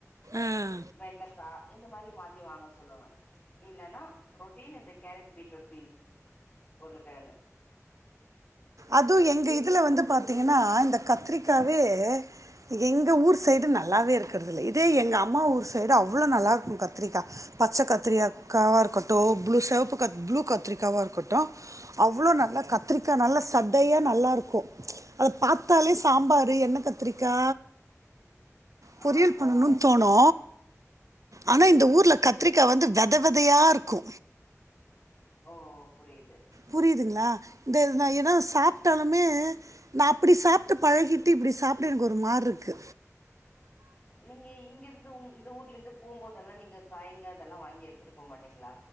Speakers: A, on the right; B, on the left.
A: ஆ
B: வெண்டக்கா இந்த மாரி மாத்தி வாங்க சொல்லுவ இல்லன்னா ரொட்டின் இந்த கேரட் பீட்ரூட் பீன்ஸ் உருளக்கெழங்கு
A: அதும் எங்க இதுல வந்து பாத்தீங்கன்னா இந்த கத்ரிக்காவே எங்க ஊர் சைடு நல்லாவே இருக்கறதுல்ல இதே எங்க அம்மா ஊர் சைடு அவ்ளோ நல்லா இருக்கும் கத்ரிக்கா பச்ச கத்தரி
B: ஓ
A: அக்காவா இருக்கட்டு ப்ளூ செவப்பு கத் ப்ளூ கத்ரிக்காவா இருக்கட்டும் அவ்ளோ
B: ம்
A: நல்லா கத்ரிக்கா நல்லா தத்தயா நல்லா இருக்கும் அத பாத்தாலே சாம்பாரு எண்ணெ கத்ரிக்கா பொரியல்
B: ஆ
A: பண்ணனு தோணு அனா இந்த ஊர்ல கத்ரிக்கா வந்து வெத வெதயாருக்கூ
B: ஒ புரியிது
A: புரியுதுங்களா ந்த எத்னா நா எதனா சாப்ட்டாலுமே நா அப்டி சாப்ட்டு பழகிட்டு இப்டி சாப்பட எனக் ஒரு மாற்ருக்கு
B: நீங்க இங்கர்ந்து இந்த ஊர்லரந்து போம்போதெல்லா நீங்க காய்ங்க அதல்லா வாங்கி எடுத் எடுத்துட்டு போ மாட்டீங்ளா